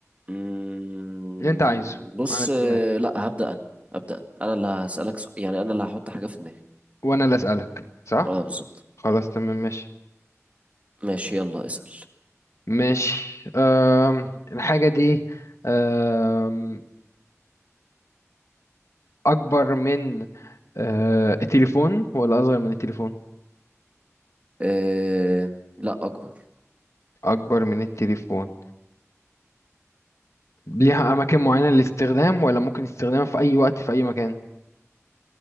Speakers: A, on the right; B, on the left.
A: مم،
B: اللي أنت عايزه
A: بص
B: أنا تمام
A: آه، لا هبدأ انا هبدأ انا انا اللي هسألك سؤال يعني انا اللي هحط حاجة في دماغي
B: وانا اللي اسالك صح
A: اه بالظبط
B: خلاص تمام ماشي
A: ماشي يلا اسأل
B: ماشي أم... الحاجه دي أم... اكبر من أه... التليفون ولا اصغر من التليفون
A: أه... لا اكبر
B: اكبر من التليفون ليها اماكن معينه للاستخدام ولا ممكن استخدامها في اي وقت في اي مكان